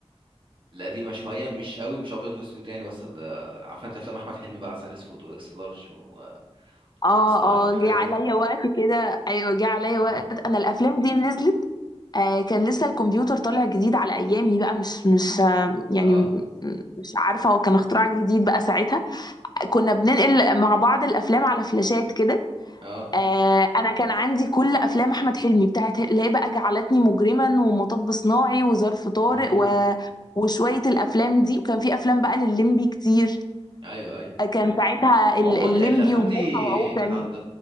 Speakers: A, on the right; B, on the left.
A: القديمة شوية مش قوي مش أبيض وأسود يعني بس ال- عارفة أنت أفلام أحمد حلمي بقى عسل أسود وإكس لارج ومطب
B: اه
A: صناعي
B: اه
A: والحاجات
B: جه عليا
A: دي
B: وقت كده ايوه جه عليا
A: مم.
B: وقت انا الافلام دي نزلت آه كان لسه الكمبيوتر طالع جديد على ايامي بقى مش مش آه يعني
A: اه
B: م- مش عارفه هو كان اختراع جديد بقى ساعتها كنا بننقل مع بعض الافلام على فلاشات كده
A: اه
B: آه انا كان عندي كل افلام احمد حلمي بتاعت اللي هي بقى جعلتني مجرما ومطب صناعي وظرف طارق
A: مم.
B: و... وشويه الافلام دي وكان في افلام بقى لللمبي كتير
A: أيوه أيوه
B: آه، كان
A: أيوة.
B: ساعتها ال-
A: عموما
B: اللمبي
A: الأفلام
B: وبوحه
A: دي
B: وعوكل
A: كانت عند